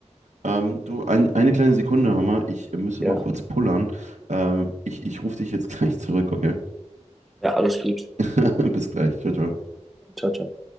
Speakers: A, on the right; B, in the centre.
A: Ähm, du, ein, eine kleine Sekunde, Hammer. Ich äh, müsste
B: Ja,
A: mal kurz pullern. Ähm, ich ich rufe dich jetzt gleich zurück, okay?
B: ja, alles gut.
A: <laughs> Bis gleich. Ciao, ciao.
B: Ciao, ciao.